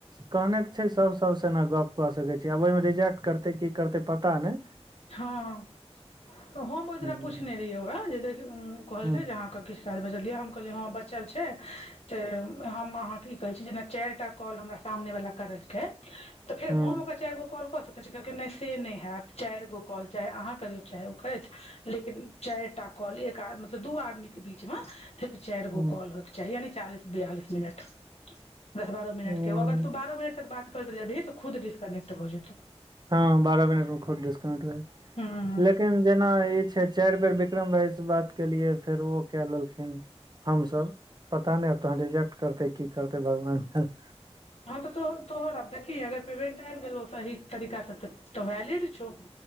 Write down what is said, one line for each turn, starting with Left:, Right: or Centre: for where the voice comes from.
Right: कहने तऽ छै सभ सभसँ एना गप्प कऽ सकै छी आब ओहिमे रिजेक्ट करतै की करतै पता नै।
Left: हँऽ ह हम ओय दिना
Right: हूँ
Left: पुछने रहियै ओकरा जे कहलकै
Right: हूँ
Left: जे अहाँके किछु चाइर बजलियै हम कहलियै हं बचल छैय छे हम अहांकेइ कहैछी जेना चारि टा कॉल हमरा सामने वला करलकै त फेर
Right: हूँ
Left: हम ओकरा चारि गो कॉल कऽ सकैत छीयै त कहलकै नहि से नहि हैतऽ। चाइरगो कॉल चाहे अहाँ करियौ चाहे ओ करैथ। लेकिन चारि टा कॉल एक आद मतलब दू आदमी के बीचमें सिफ चाइर
Right: हूँ
Left: गो कॉल होय के चाही यानि चालीस बियालिस मिनट दस बारह मिनट
Right: हूँ
Left: के ओ अगर तु बारह मिनट तक बात करैत रैह जेभी त खुद डीसकने्क्ट भऽ जेतौ।
Right: हँ बारह मिनट मे खुद् डिस्कनेक्ट भय ऽऽ
Left: हूँ
Right: लेकिन जेना ई छैय चारि बेर बिक्रम भाइ से बात केलियए फेर ओ कै लेलखिन। हमसभ पता नहि आब तहन रिजेक्ट करतै की करतै भगवान जाने।
Left: हँ तऽ तो तोहर आब देखही अगर पेवेंट आबि गेलौ सही तरीकाँ सऽ तऽ त वैलिड छौ